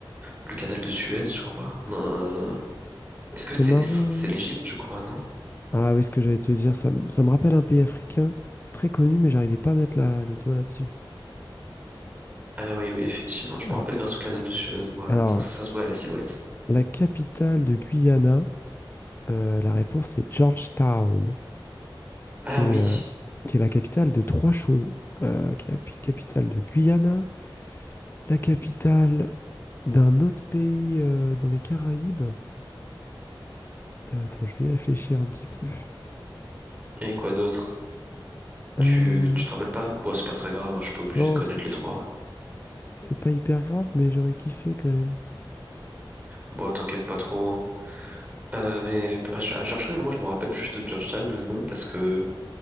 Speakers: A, on the right; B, on the left.
A: le canal de Suez, je crois. Non, euh, est-ce que
B: c'est
A: c'est
B: marrant.
A: l'Es- c'est
B: hein.
A: l'Égypte, je crois, non?
B: Ah oui, ce que j'allais te dire, ça, me- ça me rappelle un pays africain très connu, mais j'arrivais pas à mettre la- le doigt là-dessus.
A: Ah oui, oui, effectivement. Je
B: Euh,
A: me rappelle grâce au canal de Suez, moi.
B: Alors,
A: Enfin, ça, ça se voit à la silhouette.
B: la capitale de Guyana, euh, la réponse c'est Georgetown,
A: Ah
B: qui
A: oui.
B: est, euh, qui est la capitale de trois choses. Euh, qui est la pi- capitale de Guyana, la capitale d'un autre pays euh, dans les Caraïbes. Euh, attends, je vais y réfléchir un petit peu.
A: Et quoi d'autre? Tu,
B: Euh,
A: tu te rappelles pas? Bon, c'est pas très grave, hein, je suis pas obligé
B: non,
A: de connaître
B: c'est
A: les trois.
B: c'est pas hyper grave, mais j'aurais kiffé quand même.
A: Bon, t'inquiète pas trop. hein. Euh, mais à Ge- à Georgetown, moi, je me rappelle juste de Georgetown, le nom, parce que